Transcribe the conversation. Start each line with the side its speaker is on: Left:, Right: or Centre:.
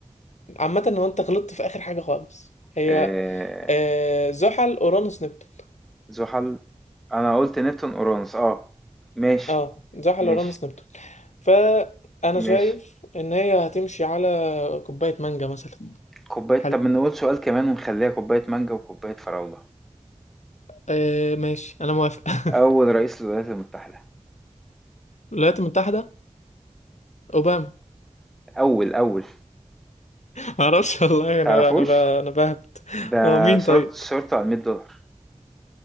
Left: عامة هو انت غلطت في آخر حاجة خالص هي
Centre: آه
Left: آه زحل أورانوس نبتون
Centre: زحل انا قلت نبتون اورانوس اه ماشي
Left: اه زحل
Centre: ماشي
Left: أورانوس نبتون فأنا شايف
Centre: ماشي
Left: إن هي هتمشي على كوباية مانجا مثلا
Centre: كوباية
Left: حلو
Centre: طب نقول سؤال كمان ونخليها كوباية مانجا وكوباية فراولة
Left: آه ماشي أنا موافق <laughs>
Centre: اول رئيس للولايات المتحدة
Left: الولايات المتحدة أوباما
Centre: اول اول
Left: <laughs> معرفش والله أنا
Centre: تعرفوش
Left: أنا ب- أنا بهبت
Centre: ده
Left: هو مين طيب
Centre: صورت صورته على 100 دولار